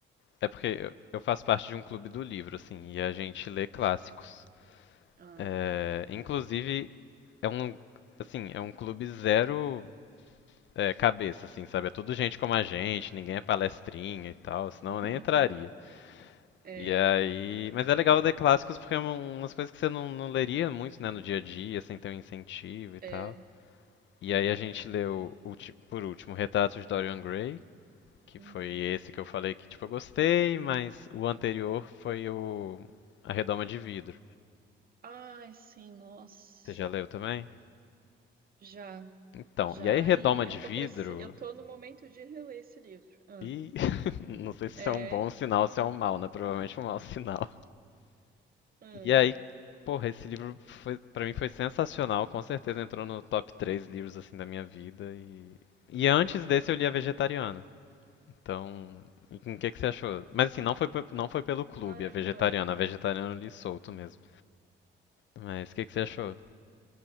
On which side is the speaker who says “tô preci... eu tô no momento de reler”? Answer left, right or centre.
Right